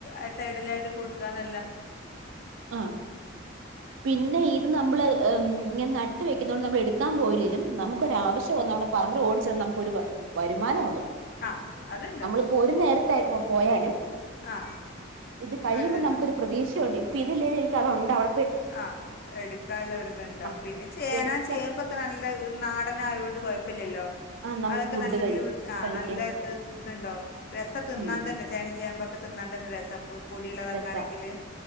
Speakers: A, on the left (about 50°); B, on the right (about 75°).
A: അ സൈഡിലാട്ട് കൊണ്ട് കൊടുക്ക
B: ആഹ് പിന്നെ ഇത് നമ്മള് ഏ ഉം ഇങ്ങനെ ന ട്ട് വെയ്ക്കുന്നോണ്ട് നമ്മള് എടുക്കാൻ പോയില്ലേലും നമുക്കൊരാവശ്യം വന്നാ നമ്മടെ പറമ്പില് ഓടി ചെന്ന് നമുക്ക് ഒരു വ വരുമാനൊണ്ട്
A: ആ അതുണ്ടാവും
B: നമ്മൾ ഇപ്പൊ ഒരു നേരത്തെ ഇപ്പ പോയാലും
A: ആ
B: ഇത് കഴിയുമ്പോ
A: ഒരിതുണ്ടാവും
B: നമുക്ക് ഒരു പ്രേതീക്ഷ ഉണ്ട് ഇപ്പ ഇതില്ലേലും എനിക്ക് അത് ഒണ്ട് അവ
A: ആഹ് എടുക്കാ ഒള്ള ഒരിത് ഉണ്ടവും.
B: ആഹ്
A: പിന്നെ ചേന
B: എടുക്കാം
A: ചേമ്പൊക്കെ നല്ല നാടനായോണ്ട് കൊഴപ്പ ഇല്ലല്ലോ
B: ആഹ് നമുക്ക്
A: അതൊക്കെ
B: ഫുഡ്
A: നല്ല
B: കഴി
A: ഇതില് വ് ആഹ്
B: കഴിക്കാൻ
A: നല്ല വ് ഇതുണ്ടാവും രസ തിന്നാൻ
B: ഉം
A: തന്നെ ചേന ചേമ്പൊ തിന്നാൻ തന്നെ രസം പ് പൊടിയില്ലാതാക്കാണെങ്കില്
B: രസാ